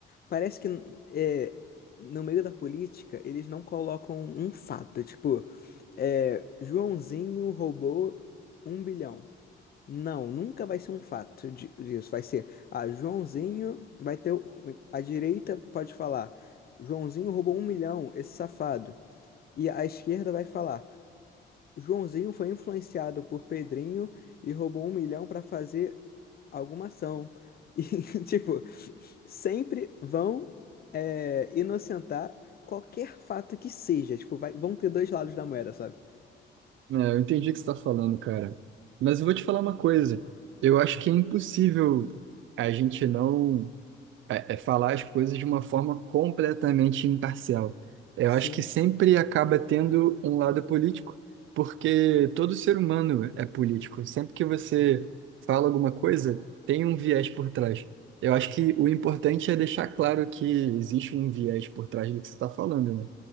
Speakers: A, on the left; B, on the right.
A: parece que é, no meio da política eles não colocam um fato. Tipo, é, Joãozinho roubou um bilhão. Não, nunca vai ser um fato di- disso. Vai ser, ah, Joãozinho vai ter. o- A direita pode falar, Joãozinho roubou um milhão, esse safado. E a esquerda vai falar, Joãozinho foi influenciado por Pedrinho e roubou um milhão para fazer alguma ação. E, <laughs> tipo, sempre vão é, inocentar qualquer fato que seja. Tipo, vai- vão ter dois lados da moeda, sabe?
B: É, eu entendi o que você está falando, cara. Mas eu vou te falar uma coisa. Eu acho que é impossível a gente não é, é, falar as coisas de uma forma completamente imparcial. Eu
A: Sim.
B: acho que sempre acaba tendo um lado político, porque todo ser humano é político. Sempre que você fala alguma coisa, tem um viés por trás. Eu acho que o importante é deixar claro que existe um viés por trás do que você está falando, né?